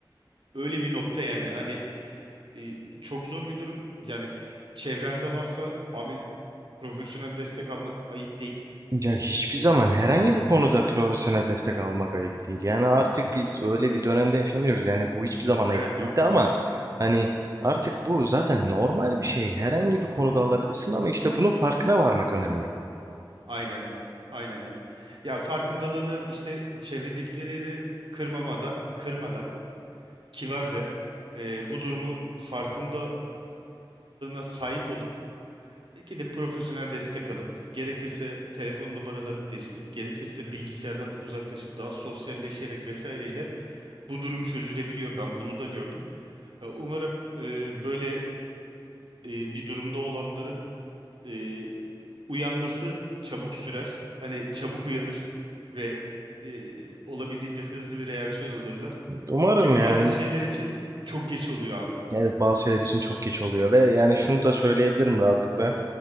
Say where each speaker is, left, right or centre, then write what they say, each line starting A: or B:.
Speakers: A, on the right; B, on the right.
A: öyle bir nokta yani. Hani e, çok zor bir durum. Yani çevrende varsa abi profesyonel destek almak ayıp değil.
B: Ya hiçbir
A: E,
B: zaman herhangi bir konuda profesyonel destek almak ayıp değil. Yani artık biz öyle bir dönemde yaşamıyoruz. Yani bu hiçbir zaman ayıp
A: evet
B: değildi
A: abi.
B: ama hani artık bu zaten normal bir şey. Herhangi bir konuda alabilirsin ama işte bunun farkına varmak önemli.
A: Aynen öyle. Aynen öyle. Ya farkındalığını işte çevredekileri de kırmamadan, kırmadan kibarca e, bu durumu farkındalığına sahip olup belki de profesyonel destek alıp gerekirse telefon numaralarını değiştirip gerekirse bilgisayardan uzaklaşıp daha sosyalleşerek vesaireyle bu durum çözülebiliyor. Ben bunu da gördüm. E, Umarım e, böyle e, bir durumda olanların e, uyanması çabuk sürer. Hani çabuk uyanır ve e, olabildiğince hızlı bir reaksiyon alırlar.
B: Umarım
A: Çünkü
B: yani
A: bazı şeyler için çok geç oluyor abi.
B: evet bazı şeyler için çok geç oluyor ve yani şunu da söyleyebilirim rahatlıkla.